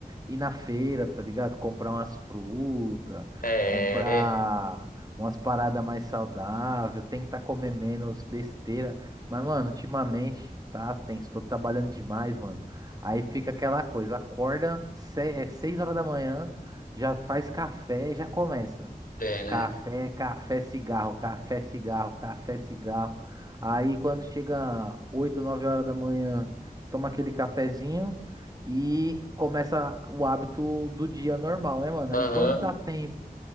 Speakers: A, on the right; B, on the left.
A: ir na feira, tá ligado? Comprar umas frutas,
B: é,
A: comprar umas paradas mais saudáveis, tentar comer menos besteira. Mas, mano, ultimamente tá tenso, tô trabalhando demais, mano. Aí fica aquela coisa, acorda se- é seis horas da manhã. Já faz café e já começa.
B: é, né?
A: Café, café, cigarro, café, cigarro, café, cigarro. Aí quando chega 8 9 horas da manhã, toma aquele cafezinho e começa o hábito do dia normal, né, mano?
B: Aham,
A: Aí quando dá tempo